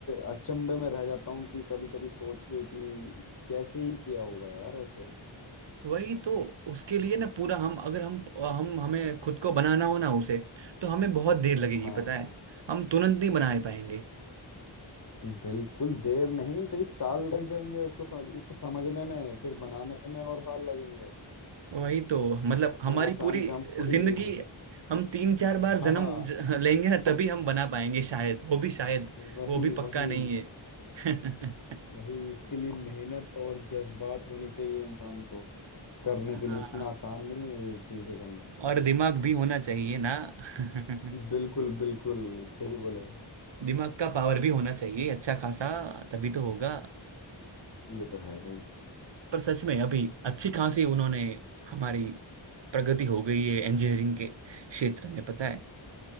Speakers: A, on the left; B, on the right.
A: अचंभे में रह जाता हूँ कि कभी कभी सोच के कि कैसे ही किया होगा यार ऐसे
B: वही तो उसके लिए ना पूरा हम अगर हम हम हमें खुद को बनाना हो ना उसे तो हमें बहुत देर लगेगी
A: हाँ
B: पता है हम तुरंत नहीं बना पाएंगे
A: बिल्कुल देर नहीं कई साल लग जाएंगे इसको समझ इसको समझने में फिर बनाने में और साल लगेंगे
B: वही तो मतलब
A: इतना
B: हमारी
A: आसान
B: पूरी
A: काम थोड़ी
B: जिंदगी
A: है ये
B: हम तीन चार बार
A: हाँ
B: जन्म
A: हाँ।
B: ज- लेंगे ना तभी हम बना पाएंगे शायद वो भी शायद
A: वही
B: वो भी
A: वही
B: पक्का नहीं है <laughs>
A: वही इसके लिए मेहनत और जज्बात होने चाहिए इंसान को करने के
B: हाँ
A: लिए इतना आसान नहीं है ये चीजें करना
B: और दिमाग भी होना चाहिए ना <laughs>
A: बिल्कुल बिल्कुल सही बोले
B: दिमाग का पावर भी होना चाहिए अच्छा खासा तभी तो होगा
A: ये तो है भाई
B: पर सच में अभी अच्छी खासी उन्होंने हमारी प्रगति हो गई है इंजीनियरिंग के क्षेत्र में पता है